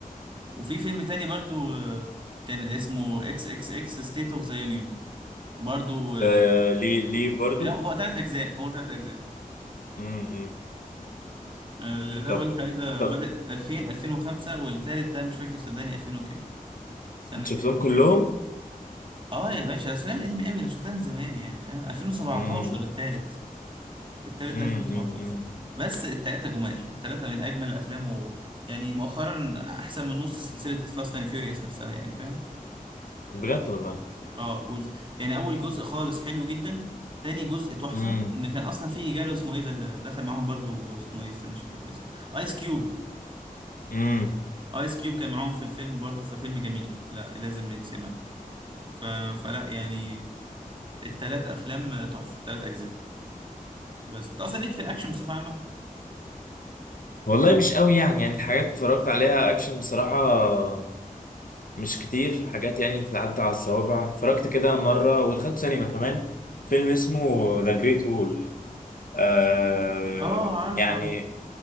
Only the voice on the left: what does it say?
آه ليه ليه برضو
امم
طب
طب
انت شفتهم
كلهم
امم
امم
بجد والله
امم
امم
والله مش قوي يعني يعني الحاجات اتفرجت عليها اكشن بصراحة مش كتير حاجات يعني تتعدى على الصوابع اتفرجت كده مرة ودخلت سينما كمان فيلم اسمه ذا جريت وول آه
يعني